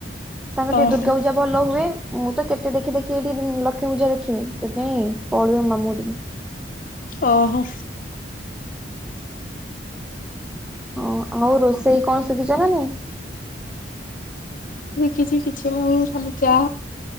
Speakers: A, in the centre; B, on the left.
A: ତାଙ୍କର ଟିକେ
B: ଓହୋ
A: ଦୁର୍ଗା ପୂଜା ଭଲ ହୁଏ। ମୁଁ ତ କେତେ ଦେଖି ଦେଖି ଏଠି ଲକ୍ଷ୍ମୀ ପୂଜା ଦେଖିନି ସେଥିପାଇଁ ପଲେଇବି ମାମୁଁ ହର ଠିକି।
B: ଓହୋ।
A: ଓ ଆଉ ରୋଷେଇ କଣ ଶିଖିଛ ନା ନାଇଁ?
B: କିଛି କିଛି ମୁଁ ଖାଲି ଚା